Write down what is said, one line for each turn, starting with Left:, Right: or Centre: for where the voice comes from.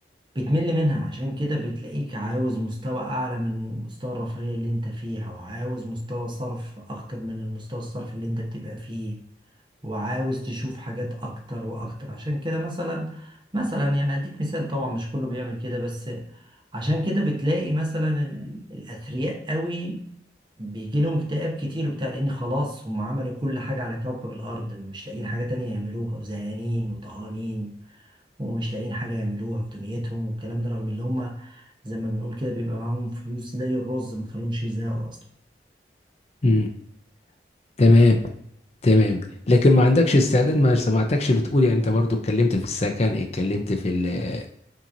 Right: بتمل منها عشان كده بتلاقيك عاوز مستوى أعلى من مستوى الرفاهية اللي أنت فيها وعاوز مستوى صرف أكتر من المستوى الصرف اللي أنت بتبقى فيه وعاوز تشوف حاجات أكتر وأكتر عشان كده مثلا مثلا يعني هديك مثال طبعا مش كله بيعمل كده بس عشان كده بتلاقي مثلا ال- الأثرياء قوي بيجي لهم اكتئاب كتير وبتاع لأن خلاص هم عملوا كل حاجة على كوكب الأرض مش لاقيين حاجة تانية يعملوها وزهقانين وطهقانين ومش لاقيين حاجة يعملوها في دنيتهم والكلام ده رغم اللي هم زي ما بنقول كده بيبقى معاهم فلوس زي الرز ما تخليهمش يزهقوا أصلا
Left: امم تمام تمام لكن ما عندكش استعداد ما سمعتكش بتقول يعني أنت برضه اتكلمت في السكن اتكلمت في ال-